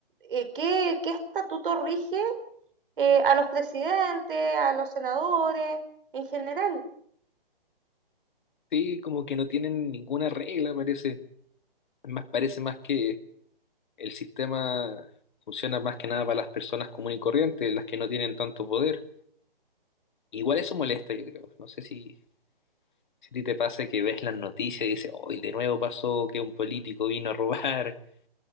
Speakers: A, on the right; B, on the left.
A: eh, ¿qué, qué estatuto rige eh, a los presidentes, a los senadores, en general?
B: Sí, como que no tienen ninguna regla, parece. Más, parece más que el sistema funciona más que nada para las personas comunes y corrientes, las que no tienen tanto poder. Igual eso molesta, yo creo. No sé si, si a ti te pasa que ves las noticias y dices, hoy de nuevo pasó que un político vino a robar. <laughs>